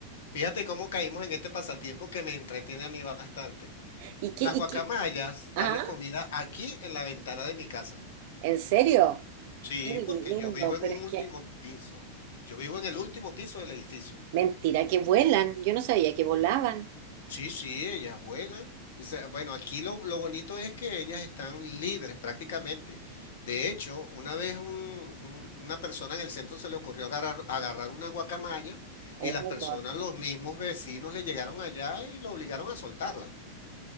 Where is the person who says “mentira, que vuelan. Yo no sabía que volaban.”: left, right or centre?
Right